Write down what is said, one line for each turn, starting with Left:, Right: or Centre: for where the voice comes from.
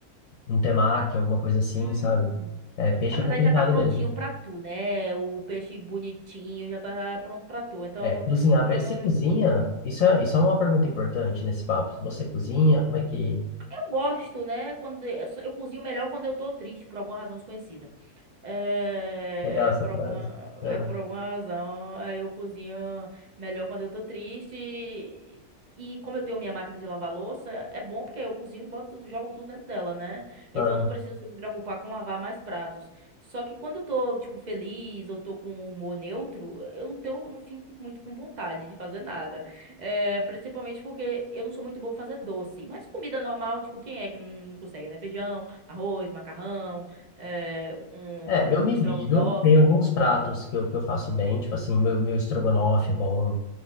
Left: um temaki, alguma coisa assim,
Right: Hum.
Left: sabe? É, peixe
Right: Ah, mas
Left: é complicado
Right: aí já tá prontinho
Left: mesmo.
Right: pra tu, né? O peixe bonitinho já tá pronto pra tu. Então,
Left: É, cozinhar,
Right: não.
Left: pe- você cozinha? Isso é, isso é uma pergunta importante nesse papo. Você cozinha? Como é que...
Right: Eu gosto, né? Quando eu, só- eu cozinho melhor quando eu tô triste, por alguma razão desconhecida. É,
Left: Legal essa
Right: é por
Left: frase.
Right: alguma,
Left: Ah,
Right: é por alguma razão, aí eu cozinho melhor quando eu tô triste. E, e como eu tenho minha máquina de lavar louça, é bom porque eu cozinho e boto, tudo- jogo tudo dentro dela, né? Então
Left: ah.
Right: eu não preciso me preocupar com lavar mais pratos. Só que quando eu tô, tipo, feliz ou tô com um humor neutro, eu não tenho, eu não fico muito com vontade de fazer nada. É, principalmente porque eu não sou muito boa pra fazer doce. Mas comida normal, tipo, quem é que não consegue, né? Feijão, arroz, macarrão, é, um,
Left: É, eu me
Right: um estrogonofe.
Left: viro, tem alguns pratos que eu, que eu faço bem, tipo assim, meu, meu estrogonofe é bom,